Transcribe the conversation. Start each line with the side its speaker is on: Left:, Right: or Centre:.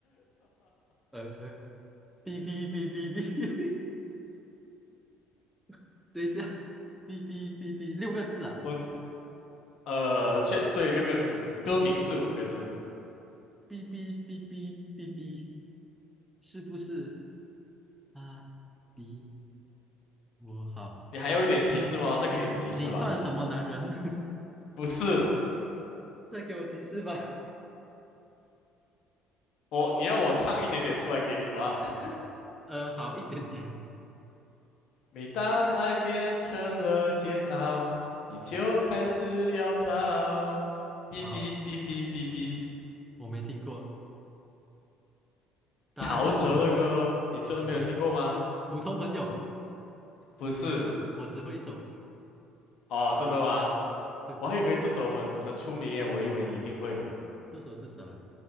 Centre: 呃，哔哔哔哔哔，<laughs> 等一下，哔哔哔哔，六个字啊，
Left: 我呃，确对六个字，
Centre: 哔哔
Left: 歌名是五个字。
Centre: 哔哔哔哔哔哔，是不是啊？比我好，
Left: 你还有一点提示吗？
Centre: 你你你你算什么男人？
Left: 再给你一点提示吧。不是
Centre: <laughs> 再给我提示吧。
Left: 我，你要我唱一点点出来给你吗？<laughs>
Centre: 呃，好一点点，
Left: 每当爱变成了煎熬，你就开始要逃。哔哔哔哔哔哔，
Centre: 好，我没听过，答案是什么？
Left: 陶喆的歌，你真的没有听过吗？
Centre: 好，普通朋友，
Left: 不是
Centre: 我只会一首，
Left: 哦，真的吗？
Centre: 对，
Left: 我还以为这首很很出名耶，我以为你一定会的。
Centre: 这首是啥？